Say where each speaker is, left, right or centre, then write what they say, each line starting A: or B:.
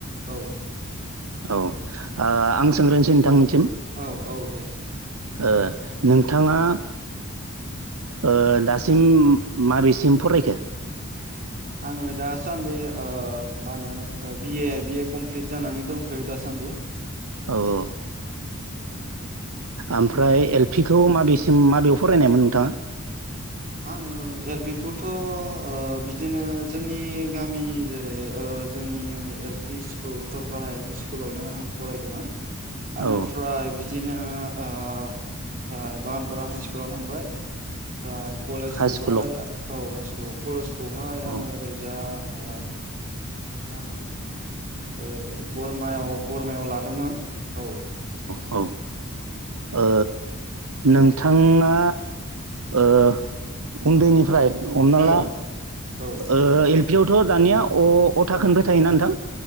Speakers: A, on the right (about 40°); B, on the right (about 75°).
A: औ
B: औ आ आं सोंग्रोनोसै नोंथांनिथिम
A: औ औ दे सों
B: ओ नोंथाङा ओ दासिम माबेसिम फरायखो?
A: आङो दासान्दि ओ मा होनो बिए बिए कमप्लिट जानानै दंथैयो दा सान दै
B: औ ओ ओमफ्राय एल पि खौ माबेसिम माबेयाव फरायनायमोन नोंथाङा?
A: आङो एल पि खौथ' ओ बिदिनो जोंनि गामि जेरै ओ जोंनि L P school Uttarpara L P स्कुलावनो आं फरायदोंमोन। एनोफ्राय
B: औ
A: बिदिनो ओ ओमफ्राय बागानफारा हाइस्कुलाव थांबाय ओमफ्राय कलेजखौहाय
B: हाइ स्कुलाव
A: औ हाइ स्कुलाव कलेजखौहाय आङो
B: औ
A: ओरै जा ओ मा होनो? ओरै बरमायाव बरमायाव लादोंमोन औ।
B: औ ओ नोंथाङा ओ उन्दैनिफ्राय हमना
A: औ
B: ला
A: औ
B: ओ एल पि आवथ दानिया अ अथाखोनिफ्राय थायोना नोंथां?